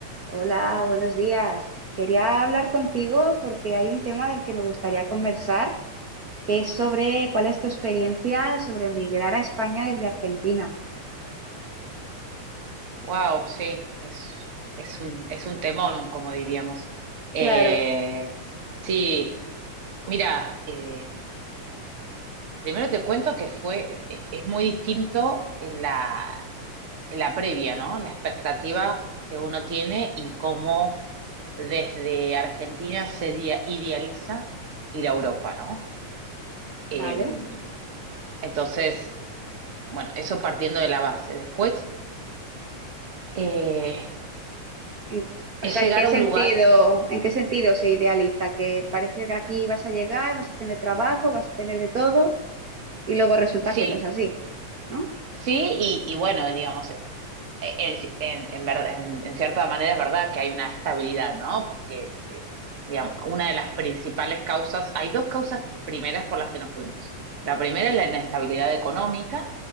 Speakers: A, on the right (about 65°); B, on the right (about 35°).
A: Hola, buenos días. Quería hablar contigo porque hay un tema del que me gustaría conversar, que es sobre cuál es tu experiencia sobre emigrar a España desde Argentina,
B: Wow, sí, es, es un, es un temón, como diríamos. Eh,
A: Claro,
B: sí, mira, eh, primero te cuento que fue, e- es muy distinto la, la previa, ¿no? La expectativa que uno tiene y cómo desde Argentina se dia- idealiza ir a Europa, ¿no? Em,
A: ¿vale?
B: entonces, bueno, eso partiendo de la base. Después, eh,
A: En- o
B: es
A: sea,
B: llegar
A: ¿en qué
B: a
A: sentido,
B: un lugar.
A: en qué sentido se idealiza? Que parece que aquí vas a llegar, vas a tener trabajo, vas a tener de todo, y luego resulta
B: sí,
A: que no es así, ¿no?
B: Sí, y, y bueno, digamos, e, en, en, en ver- en- en cierta manera es verdad que hay una estabilidad, ¿no? Porque, eh, digamos, una de las principales causas, hay dos causas primeras por las que nos fuimos. La primera es la inestabilidad económica